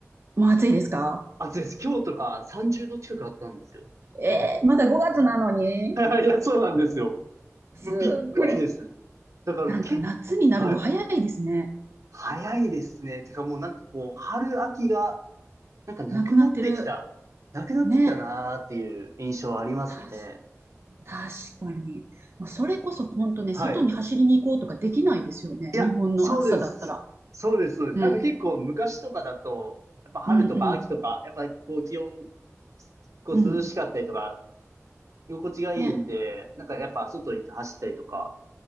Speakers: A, on the right (about 50°); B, on the right (about 75°).
A: もう暑いですか
B: 暑いです。今日とか30度近くあったんですよ。
A: えー、まだ5月なのに。
B: <laughs> いや、そうなんですよ。
A: すごい。
B: もうびっくりです。だからけ、
A: なんか夏になるの早いですね。
B: はい。早いですね。てかもうなんかこう、春秋が、なんかなくなってきた、
A: なくなってる。
B: なくなってきたなーっていう印象ありますね。
A: ね。確確かに。まあそれこそ本当ね、
B: はい。
A: 外に走りに行こうとかできないですよね。
B: いや、
A: 日本の暑さだったら。
B: そうです。そうです、そうです。
A: ね。
B: なんか結構昔とかだと、やっぱ春とか秋とか、
A: うんうん。
B: やっぱこう気温、こう涼しかったりとか、
A: うん。
B: 居心地がいいんで、
A: ね。
B: なんかやっぱ外行って走ったりとか、